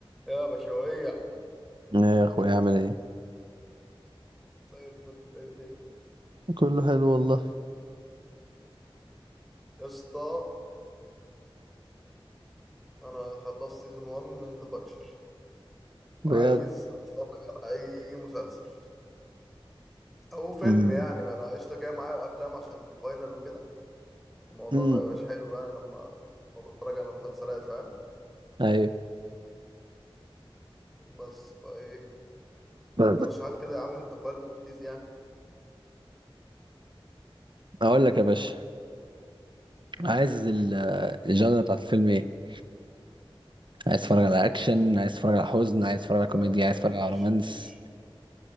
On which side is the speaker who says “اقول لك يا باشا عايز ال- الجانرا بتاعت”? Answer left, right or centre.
Right